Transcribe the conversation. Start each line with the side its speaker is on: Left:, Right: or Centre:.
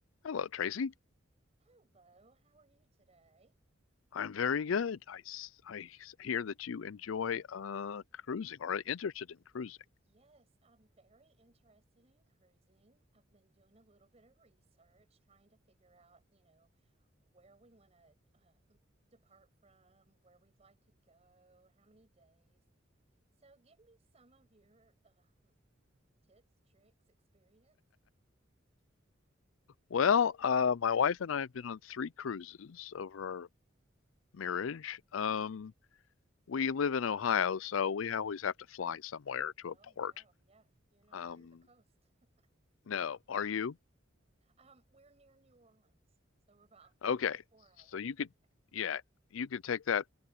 Left: Hello, Tracy.
Right: Hello, how are you today?
Left: I'm very good. I, s- I s- hear that you enjoy uh, cruising or are interested in cruising.
Right: Yes, I'm very interested in cruising. I've been doing a little bit of research, trying to figure out, you know, where we want to uh, depart from, where we'd like to go, how many days. So give me some of your uh, tips, tricks, experience.
Left: Well, uh, my wife and I have been on three cruises over our marriage. Um, we live in Ohio, so we always have to fly somewhere to
Right: Oh,
Left: a port.
Right: wow. Yeah, you're not
Left: Um,
Right: near the coast. <laughs>
Left: no, are you?
Right: Um, we're near New Orleans, so we're about
Left: Okay,
Right: four hours.
Left: so you could,
Right: Yeah.
Left: yeah, you could take that